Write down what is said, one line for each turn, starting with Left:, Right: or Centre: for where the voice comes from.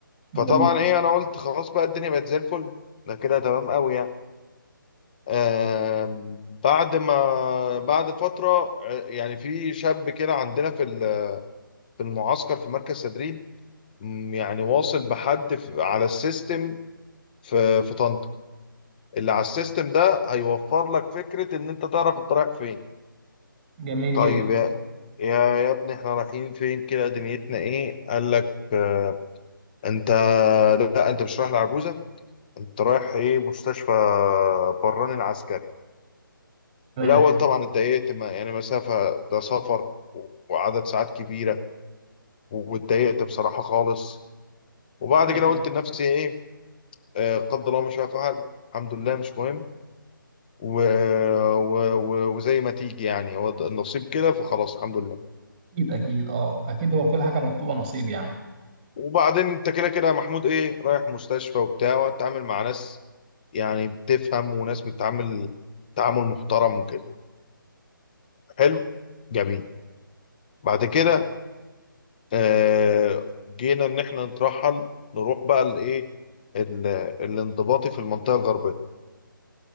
Left: فطبعا
Right: جميل
Left: ايه انا قلت خلاص بقى الدنيا بقت زي الفل ده كده تمام قوي يعني آم، بعد ما بعد فترة آه، يعني في شاب كده عندنا في ال- في المعسكر في مركز تدريب م، يعني واصل بحد في- على السيستم في في طنطا اللي على السيستم ده هيوفر لك فكرة ان انت تعرف انت رايح فين
Right: جميل
Left: طيب
Right: جدا
Left: يا يا يا ابني احنا رايحين فين كده دنيتنا ايه قال لك آه، انت لا انت مش رايح لعجوزة انت رايح ايه مستشفى براني العسكري
Right: تمام
Left: الأول طبعا اتضايقت ما- يعني مسافة ده سفر و- وعدد ساعات كبيرة واتضايقت بصراحة خالص وبعد
Right: ايوه
Left: كده قلت لنفسي إيه آه، قدر الله ما شاء فعل الحمد لله مش مهم و... و... و... وزي ما تيجي يعني هو ده النصيب كده فخلاص الحمد لله
Right: اكيد اكيد اه اكيد هو كل حاجة مكتوبة نصيب يعني
Left: وبعدين أنت كده كده يا محمود إيه رايح مستشفى وبتاع وهتتعامل مع ناس يعني بتفهم وناس بتتعامل تعامل محترم وكده حلو جميل بعد كده آه، جينا ان احنا نترحل نروح بقى الايه ال- الانضباطي في المنطقه الغربيه